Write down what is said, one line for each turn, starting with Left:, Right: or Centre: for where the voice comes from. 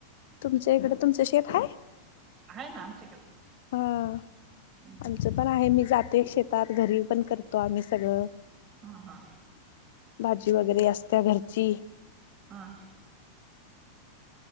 Left: तुमच्याइकडं तुमचं शेत हाय?
Right: आहे ना आमच्याकडे
Left: हां
Right: हम्म.
Left: आमचं पण आहे मी जाते शेतात घरी पण कर तो आम्ही सगळं.
Right: हा हा
Left: भाजी वगैरे असत्या घर ची.
Right: हां.